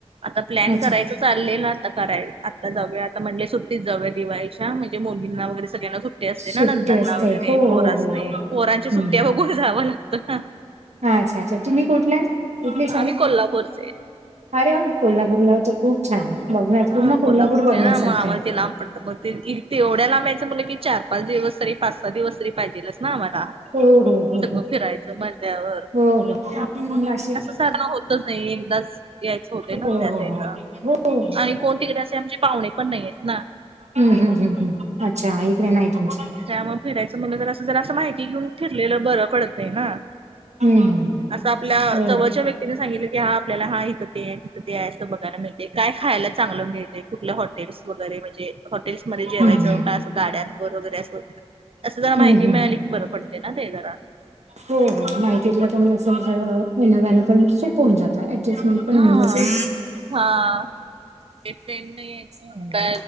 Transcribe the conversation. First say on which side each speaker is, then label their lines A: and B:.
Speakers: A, on the right (about 55°); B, on the right (about 85°).
A: आता प्लॅन
B: अच्छा
A: करायचं चालले ना आता करायला आता जाऊया, आता म्हणले सुट्टीत जाऊया दिवाळीच्या, म्हणजे मुलींना वगैरे सगळ्यांना सुट्ट असते
B: सुट्टी
A: ना नंदांना
B: असते
A: वगैरे
B: हो
A: पोर
B: हो
A: असते
B: हो हो
A: पोरांच्या
B: हम्म
A: सुट्ट्या बघून जावं लागतं ना.
B: अच्छा अच्छा तुम्ही कुठल्या, कुठले साइड?
A: आम्ही कोल्हापूरचे
B: अरे वा कोल्हापूरला तर खूप छान, बघ
A: हा
B: पूर्ण कोल्हापूर
A: कोल्हापूरचे
B: बघण्यासारखं
A: ना मग आम्हाला
B: आहे.
A: ते लांब पडतं मग ते तेवढ्या लांबायचं मुलं की, चार पाच दिवस तरी पाच सहा दिवस तरी पाहिजेलच ना आम्हाला.
B: हो हो हो
A: सगळं फिरायचं म्हणल्यावर
B: हो हो हो आपण नाशिक
A: ते असं जाण होत नाही, एकदा याययचं होते ना
B: हो हो
A: त्यावेळेला
B: हो.
A: कोनीतिकडे असे म्हमजे पाहुणे पण नाही आहेत ना.
B: हम्म हम् हम्म हम् अच्छा ईकडे नाही तुमच्या.
A: त्यामुळे फिरायचं म्हणलं तर असं जरा असं माहिती घेऊन फिरलेलं बर पडत आहे ना,
B: हम्म
A: असं आपल्या
B: हो
A: जवळच्या व्यक्ती सांगितलं क हा आपल्याला हा इथं ते तथं ते आहे असं बघायला मिळते काय खायला चांगलं मिळते कुठल्या हॉटेल्स वगैरे म्हणजे हॉटेल्समध्येध्ये जेवायचं
B: हम्म हम्म
A: काय? गाड्यांवर वगैरे अस असं जरा
B: हम्म
A: माहिती
B: हम्म
A: मिळाली की बरं पडते ना ते जरा
B: हो हो माहितील कोणी असेल तर येन जाण पण सोपं होऊन जात, ऍडजस्टमेंट पण
A: हा
B: होऊन जाते.
A: हा ते ट्रेन ने यायचं
B: हम्म
A: का,